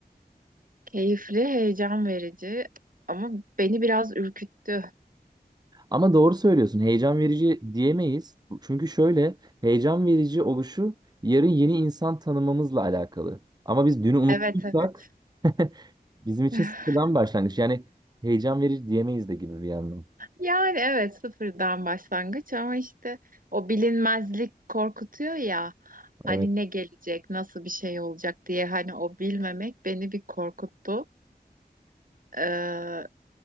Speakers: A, on the right (about 55°); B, on the right (about 25°).
A: Keyifli, heyecan verici ama beni biraz ürküttü.
B: Ama doğru söylüyorsun. Heyecan verici diyemeyiz. Bu- Çünkü şöyle heyecan verici oluşu yarın yeni insan tanımamızla alakalı. Ama biz dünü unuttuysak
A: Evet evet.
B: <laughs> bizim için
A: <laughs>
B: sıfırdan başlangıç. Yani heyecan verici diyemeyiz de gibi bir yandan.
A: Yani evet sıfırdan başlangıç ama işte o bilinmezlik korkutuyor ya hani
B: Evet.
A: ne gelecek nasıl bir şey olacak diye hani o bilmemek beni bir korkuttu. Ee,